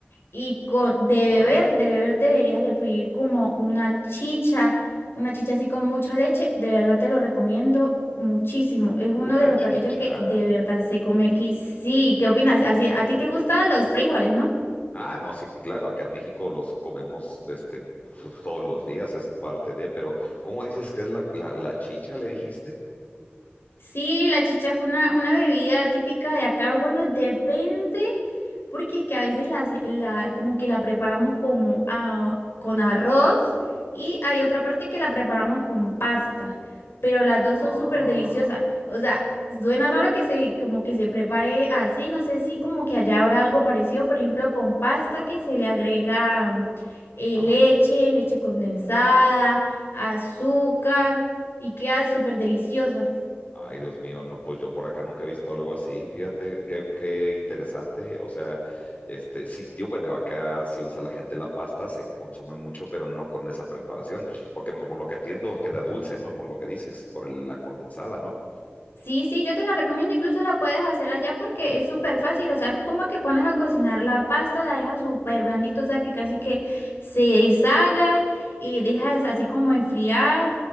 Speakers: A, on the left; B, on the left.
A: y con, de
B: Órale,
A: beber, de beber deberías de pedir como una chicha, una chicha así con mucha leche. De verdad te lo recomiendo muchísimo. Es uno
B: una
A: de los
B: chicha.
A: platillos que de verdad se come aquí. Sí, ¿qué opinas? Así, a ti te gustan los frijoles, ¿no?
B: Ah, no, sí, claro, acá en México los comemos este, todos los días, es parte de, pero ¿cómo dices que es la, la, la chicha, le dijiste?
A: Sí, la chicha es una, una bebida típica de acá. Bueno, depende, porque es que a veces la, hace- la- como que la preparamos como ah, con arroz y hay otra parte que la preparamos con pasta, pero las dos
B: Ah,
A: son súper deliciosas. O sea, suena raro que se como que se prepare así, no sé si como que allá habrá algo parecido, por ejemplo, con pasta que se le agrega mm, eh,
B: ajá.
A: leche, leche condensada, azúcar y queda súper deliciosa.
B: Ay, Dios mío, no, pues yo por acá nunca he visto algo así, fíjate, qué, qué interesante. O sea, este, sí, yo, bueno, acá sí usa la gente la pasta, se consume mucho, pero no con esa preparación, porque por lo que entiendo queda dulce, ¿no? Por lo que dices, por el- la condensada, ¿no?
A: Sí, sí, yo te la recomiendo, incluso la puedes hacer allá porque es súper fácil, o sea, que como que pones a cocinar la pasta, la dejas súper blandito, o sea, que casi que se deshaga y dejas así como enfriar